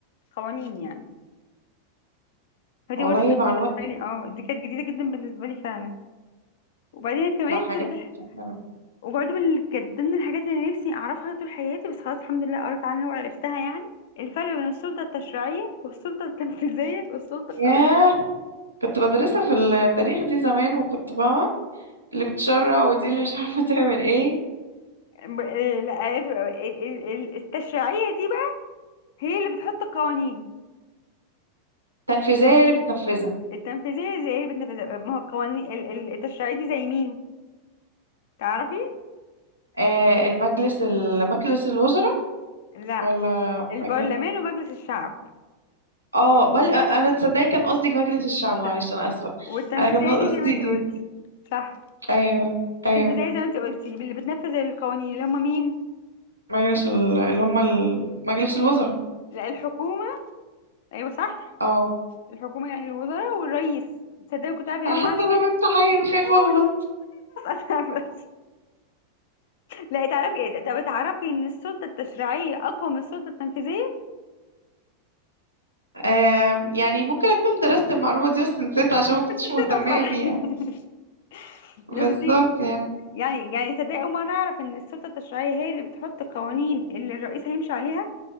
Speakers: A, on the left; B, on the right.
A: قوانين يعني فدي
B: والله
A: برضه كانت
B: معلومات
A: بالنسبه
B: كده.
A: لي اه دي كانت جديده جدا بالنسبه لي فعلا وبعدين كمان
B: لا حاجات
A: تقول-
B: حلوة.
A: وبرضه من ال- كانت ضمن الحاجات اللي نفسي اعرفها طول حياتي بس خلاص الحمد لله قريت عنها وعرفتها يعني الفرق بين السلطه التشريعيه والسلطه التنفيذيه والسلطه القضائيه
B: ياه كنت بدرسها في التاريخ دي زمان وكنت فاهمة اللي بتشرع ودي اللي مش <laughs> عارفة تعمل ايه
A: ب- آه، لا عرفت بقى. ال- ال- ال- التشريعيه دي بقى هي اللي بتحط القوانين
B: تنفيذية هي اللي بتنفذها
A: التنفيذيه زي اللي بتنفذها ما هو القوانين ال- ال- التشريعيه دي زي مين تعرفي
B: آه المجلس ال- مجلس الوزراء
A: لا
B: ولا
A: البرلمان
B: مجلس
A: ومجلس الشعب
B: اه بل انا تصدقي كان قصدي مجلس الشعب
A: الشعب
B: معلش انا اسفه
A: والتنفيذية
B: انا كان قصدي
A: دي زي ما انت
B: دي
A: قلتي صح
B: ايوه
A: التنفيذية
B: ايوه
A: زي ما انت قلتي اللي بتنفذ القوانين اللي هم مين؟
B: مجلس ال... اللي هم ال... مجلس الوزراء
A: لا الحكومة ايوه صح
B: اه
A: الحكومة يعني الوزراء والرئيس تصدقي كنت عارفة يعني
B: انا حاسه
A: معنى
B: ان
A: كده
B: انا بامتحان خايفه
A: هو
B: اغلط
A: بس <laughs> أنا بس. لا تعرفي ايه ده طب تعرفي ان السلطة التشريعية اقوى من السلطة التنفيذية؟
B: آم، يعني ممكن اكون درست المعلومه دي بس نسيتها عشان ما كنتش
A: كده
B: مهتميه
A: بصراحة
B: بيها
A: <laughs> بس
B: بالظبط
A: دي
B: يعني
A: يعني يعني تصدقي اول مرة اعرف ان السلطة التشريعية هي اللي بتحط القوانين اللي الرئيس هيمشي عليها